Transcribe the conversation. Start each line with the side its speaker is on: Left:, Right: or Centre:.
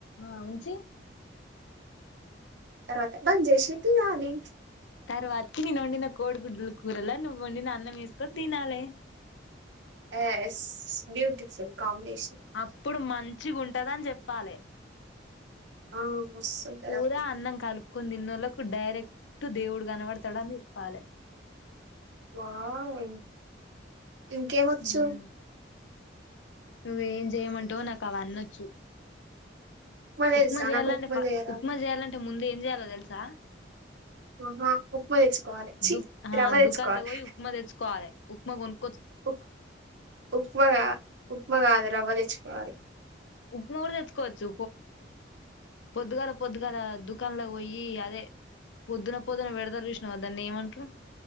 Left: ఆ ఉంచి
Right: తర్వాత బంచేసి తీయాలి
Left: తర్వాతకి నేను వండిన కోడిగుడ్ల కూరలా నువ్వు వండిన అన్నం వేసుకొని తినాలే
Right: ఎస్ బ్యూటిఫుల్ కాంబినే
Left: అప్పుడు మం మంచ్చిగుంటందన్ చెప్పాలే
Right: ఆ మస్తుంటది
Left: కూర
Right: అప్పుడు
Left: అన్నం కలుపుకొని తిన్నోళ్లకు డైరెక్ట్ డైరెక్టు దేవుడు కనబడతాడు అని చెప్పాలే
Right: వావ్ ఇంకేం వచ్చు
Left: ఉమ్ నువ్వేం చేయమంటావో నాకు అవన్నోచ్చు
Right: తెలుసా
Left: ఉప్మా చేయాలంటే
Right: నాకు ఉప్మా
Left: ఫ
Right: చేయరాదు
Left: ఉప్మా చేయాలంటే ముందు ఏం చేయలో తెలుసా
Right: ఆహా ఉప్మా తెచ్చుకోవాలే చి
Left: దుక్ ఆ
Right: రవ్వ తెచ్చుకోవాలే
Left: దుకాన్లో పోయి ఉప్మా తెచ్చుకోవాలి ఉప్మా కోన్
Right: ఉప్ ఉప్మగా ఉప్మా కాదు రవ్వ తెచ్చుకోవాలి
Left: ఉప్మా కూడా తెచ్చుకోవచ్చు పొద్దుగాల పొద్దుగాల దుకాణంలో పోయి అదే పొద్దున పొద్దున పెడతారు చూసినావా దాన్ని ఏమంటారు